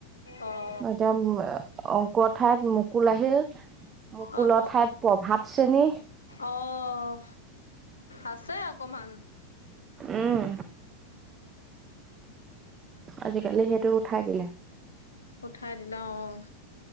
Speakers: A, on the left; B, on the right.
A: অঁ
B: এতিয়া উম আ অংকুৰৰ ঠাইত মুকুল আহিল। মূ্কুলৰ
A: অঁ
B: ঠাইত প্ৰভাত শ্ৰেণী।
A: অঁহ, আছে অকণমান।
B: উম। আজিকালি সেইটো উঠাই দিলে।
A: উঠাই দিলে অ'।